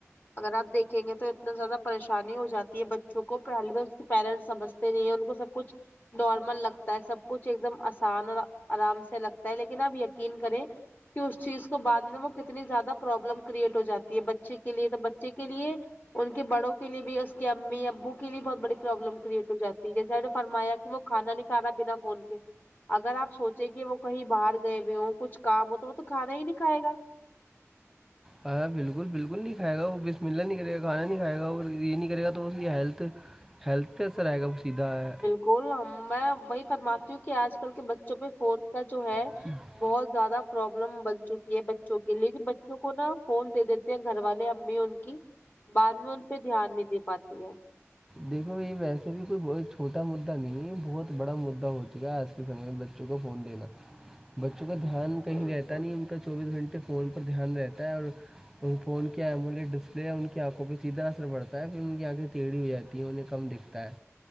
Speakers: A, on the left; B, in the centre.
A: اگر آپ دیکھیں گے تو اتنا زیادہ پریشانی ہو جاتی ہے بچوں کو پہلی بار اس کے پیرنٹس سجتے نہیں ہیں ان کو سب کچھ نارمل لگتا ہے سب کچھ ایک دم آسان اور آرام سے لگتا ہے لیکن اب یہ یقین کرے کہ اس چیز کو تو بعد میں وہ کتنی زیادہ پروابلم کریئٹ ہو جاتی ہے بچے کے لیے تو بچے کے لیے ان کے بڑوں کے لیے بھی اس کے امی ابو کےے بہت بڑی پرابلم کریٹ ہو جاتی ہے جیسے ہم نے فرمایا کہ وہ کھانا نہیں کھانا بنا فون کے اگر آپ سوچے کہ وہ کہیں باہر گئے ہ کچھ کام ہو تو وہ تو کھانا ہی نہیں کھائے گا
B: ہاں بالکل بالکل نہیں کھائے گا وہ بسم اللہ نہیں کرے گاھانا نہیں کھائے گا اور یہ نہیں کرے گا تو اس کی ہیلتھ ہیلتھ ای سر آئے گا وہ سیدھا ہے
A: گول میں وہی فرماتی ہوں کہ آج کل کے بچوں پہ فون کا جو ہے
B: <unintelligible>
A: بہت زیادہ پروابلم بن چکی یہ بچوں کے لیکن بچوں کو نا فون دے دیتے ہیں گھر والے امی ان کی بعد میں ان پہ دھیان نہیں دے پاتی ہے
B: دیکھو یہ ویسے بھی کوئی ب چھوٹا مدا نہیں ہے یہ بہت بڑا مدا ہو چکا آج کل سم میں بچوں کو فون دینا بچوں کو دھیان کہیں
A: بالکل
B: رہتا نہیں ان کا چوبیس گھنٹے فون پر دھیان رہتا ہے اور ان فون کے ایمولے ڈسپلے ہے ان کی آنکھوں پ سیدھا اثر پڑتا ہے پھر ان کی آنکھیں ڑی ہو جاتی تی انہیں کم دکھتا ہے